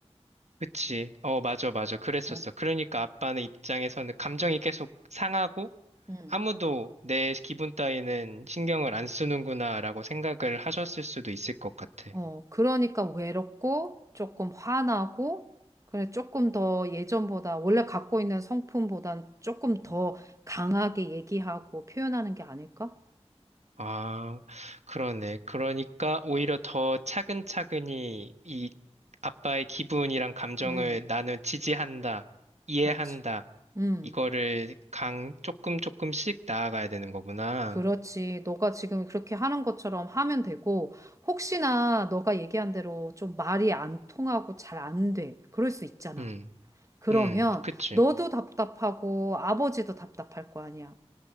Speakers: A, on the right; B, on the right.
A: 그치. 어, 맞아, 맞아. 그랬었어.
B: 어.
A: 그러니까 아빠는 입장에서는 감정이 계속 상하고
B: 응.
A: 아무도 내 기분 따위는 신경을 안 쓰는구나라고 생각을 하셨을 수도 있을 것 같아.
B: 어, 그러니까 외롭고 조금 화나고 그래 조금 더 예전보다 원래 갖고 있는 성품보단 조금 더 강하게 얘기하고 표현하는 게 아닐까?
A: 아, 그러네. 그러니까 오히려 더 차근차근히 이 아빠의 기분이랑 감정을
B: 음,
A: 나는 지지한다, 이해한다.
B: 그렇지. 음.
A: 이거를 강, 조금 조금씩 나아가야 되는 거구나.
B: 그렇지. 너가 지금 그렇게 하는 것처럼 하면 되고, 혹시나 너가 얘기한 대로 좀 말이 안 통하고 잘 안 돼. 그럴 수 있잖아.
A: 음,
B: 그러면
A: 음, 그치.
B: 너도 답답하고 아버지도 답답할 거 아니야.